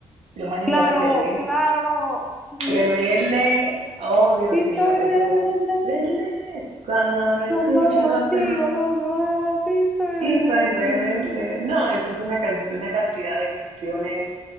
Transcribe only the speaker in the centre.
Claro,
claro. Sí.
Y
soy
rebelde.
Cuando no
sigo
a los demás y soy
rebelde.